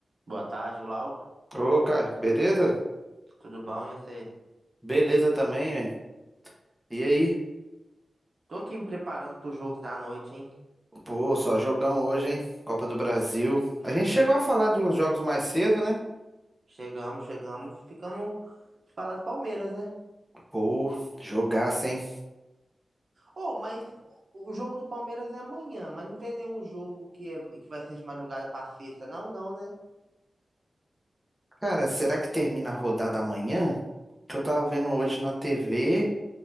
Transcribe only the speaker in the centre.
Ô, Caio, beleza?
Beleza também, hein? E aí?
Pô, só jogão hoje, hein? Copa do Brasil. A gente chegou a falar de uns jogos mais cedo, né?
Pô, jogaço, hein?
Cara, será que termina a rodada amanhã? Que eu tava vendo hoje na TV.